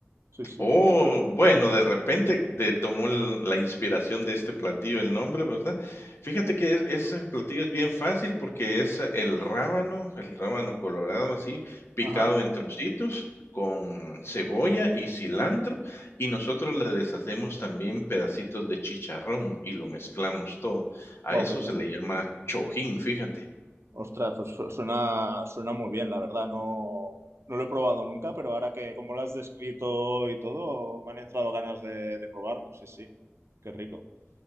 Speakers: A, on the right; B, on the left.
A: Sí, sí.
B: Oh, bueno, de repente de tomó el la inspiración de este platillo el nombre, ¿verdad? Fíjate que es ese platillo es bien fácil porque es el rábano, el rábano colorado así, picado
A: Ajá.
B: en trocitos con cebolla y cilantro, y nosotros le deshacemos también pedacitos de chicharrón y lo mezclamos todo. A
A: Wow,
B: eso
A: qué bueno.
B: se le llama chojín, fíjate.
A: Ostras, pues su- suena, suena muy bien, la verdad. No, no lo he probado nunca, pero ahora que como lo has descrito y todo, me han entrado ganas de, de probarlo. Sí, sí. Qué rico.